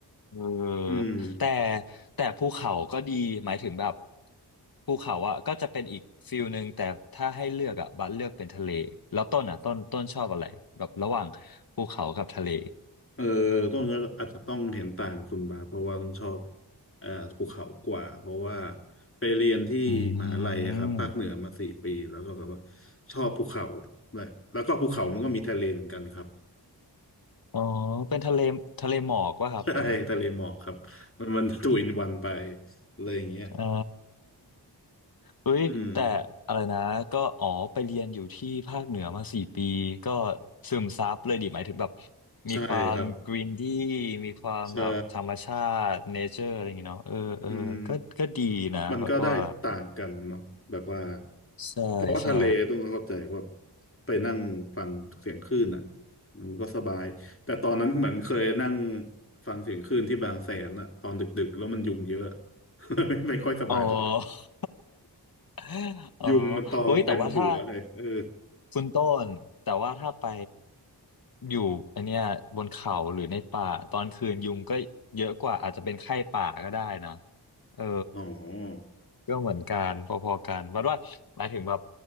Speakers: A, on the left (about 55°); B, on the left (about 30°).
A: เออ
B: อืม
A: แต่แต่ภูเขาก็ดีหมายถึงแบบภูเขาอ่ะก็จะเป็นอีกฟิลหนึ่งแต่ถ้าให้เลือกอ่ะบัสเลือกเป็นทะเลแล้วต้นอ่ะต้นต้นชอบอะไรแบบระหว่างภูเขากับทะเล
B: เออต้องก็อาจจะต้องเห็นต่างกับคุณบาสเพราะว่าต้นชอบอ่าภูเขากว่าเพราะว่าไปเรียนที่มหาลัยอะครับภาคเหนือมาสี่ปีแล้วก็แบบว่า
A: อืม
B: ชอบภูเขาเลยแล้วก็ภูเขามันก็มีทะเลเหมือนกันครับ
A: อ๋อเป็นทะเลทะเลหมอกวะครับอย่างนั้น
B: <laughs> ใช่ทะเลหมอกครับมันมันทูอินวันไปอะไรอย่างเงี้ย
A: <laughs> อ่า เอ้ยแต่อะไรนะก็อ๋อไปเรียนอยู่ที่ภาคเหนือมาสี่ปีก็
B: อืม
A: ซึมซับเลยดิหมายถึงแบบ
B: ใช่ครับ
A: มีความกรีนดี้มีความแบบธรรมชาติเนเจอร์อะไรอย่างเงี้ยเนาะเออเออก็ก็ดีนะวัดว่า
B: ใช่อืม มันก็ได้ต่างกันเนาะแบบว่า
A: ใช่ใช่
B: เพราะว่าทะเลต้องเข้าใจว่าไปนั่งฟังเสียงคลื่นอ่ะมันก็สบายแต่ตอนนั้นเหมือนเคยนั่งฟังเสียงคลื่นที่บางแสนอ่ะตอนดึกๆแล้วมันยุงเยอะ <laughs> ไม่ไม่ค่อยสบายเท่าไหร่
A: อ๋อ <laughs> อ๋อ
B: ยุงมันตอมเต็มหัวเลยเออ
A: เฮ้ยแต่ว่าถ้าคุณต้นแต่ว่าถ้าไปอยู่อันเนี้ยบนเขาหรือในป่าตอนคืนยุงก็เยอะกว่าอาจจะเป็นไข้ป่าก็ได้นะเออ
B: อ๋อ
A: ก็เหมือนกันพอๆกันบัดว่าหมายถึงแบบ